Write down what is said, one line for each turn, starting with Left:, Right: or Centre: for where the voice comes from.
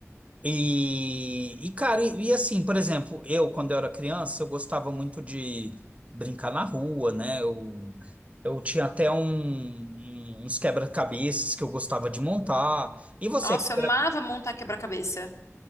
Right: e, e cara, e, e assim, por exemplo, eu, quando eu era criança, eu gostava muito de brincar na rua, né? Eu, eu tinha até um- um- uns quebra-cabeças que eu gostava de montar. E você,
Left: Nossa,
Right: quando
Left: eu
Right: era-
Left: amava montar quebra-cabeça.